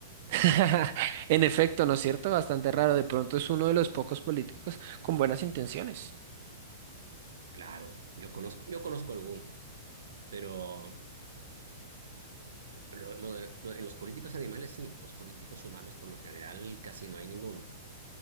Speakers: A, on the right; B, on the right.
A: <laughs> En efecto, ¿no es cierto? Bastante raro. De pronto es uno de los pocos políticos con buenas intenciones.
B: Claro, yo conozco, yo conozco algunos, pero Lo- lo de- lo- en los políticos animales sí, los políticos humanos por lo general casi no hay ninguno.